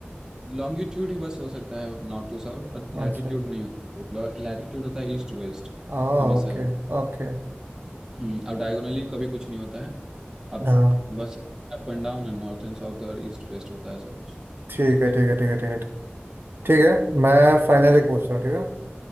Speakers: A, on the right; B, on the right.
A: लॉन्गिट्यूड ही बस हो सकता है north to south but latitude
B: अच्छा
A: नहीं होता लैटिट्यूड होता है ईस्ट टू वेस्ट
B: आ
A: हमेशा
B: Okay
A: ही
B: okay
A: हम्म, अब डायगोनली कभी कुछ नहीं होता है अब
B: हाँ
A: बस अप एंड डाउन है नॉर्थ एंड साउथ और ईस्ट वेस्ट होता है ऐसा कुछ
B: ठीक
A: ठीक
B: है
A: है
B: ठीक है ठीक है ठीक है ठीक है मैं फाइनल एक पूछता हूँ ठीक है